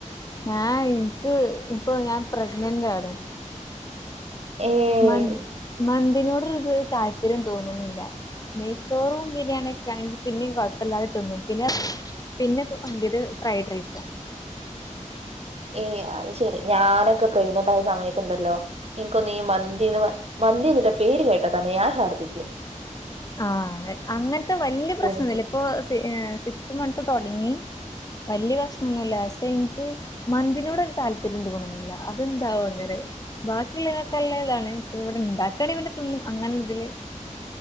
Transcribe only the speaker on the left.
ഞാൻ ഇൻക്ക് ഇപ്പൊ ഞാൻ പ്രഗ്നന്റ് ആാണ്
മന്ത് മന്തിനോട് ഇത് താല്പര്യം തോന്നുണില്ല നെയ്ച്ചോറും ബിരിയാണിയും ഒക്കെ ആണെങ്കിൽ പിന്നിം കൊഴപ്പല്ലാതെ തിന്നും പിന്നെ പിന്നത് <unintelligible> ഫ്രൈഡ് റൈസാ
ആഹ് എ അങ്ങൻത്തെ വല്യ പ്രശ്നന്നുല്ല
ഇപ്പൊ സി സിക്സ്ത് മന്ത് തുടങ്ങി വല്യ പ്രശ്നൊന്നുല്ല പക്ഷേ ഇൻക്ക് മന്തിനോട് വൽ താല്പര്യം തോന്നുന്നില്ല അത് എന്താവോ അങ്ങനെ ബാക്കിയുള്ളേന് ഒക്കെ നല്ല താണ് പക്ഷെ ഇവിടെ ഇണ്ടാക്കാണേ പിന്നെ തിന്നും അങ്ങനെ ഒരിതില്